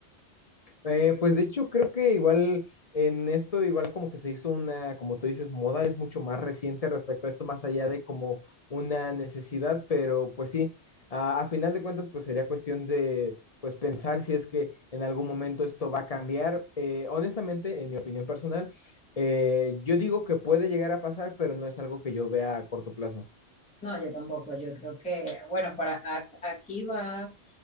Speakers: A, on the left; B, in the centre.
A: Eh, pues de hecho creo que igual en esto igual como que se hizo una, como tú dices, moda es mucho más reciente respecto a esto, más allá de como una necesidad, pero pues sí, a, a final de cuentas pues sería cuestión de pues pensar si es que en algún momento esto va a cambiar. Eh, honestamente, en mi opinión personal, eh, yo digo que puede llegar a pasar, pero no es algo que yo vea a corto plazo.
B: No, yo tampoco. Yo creo que, bueno, para a- aquí va,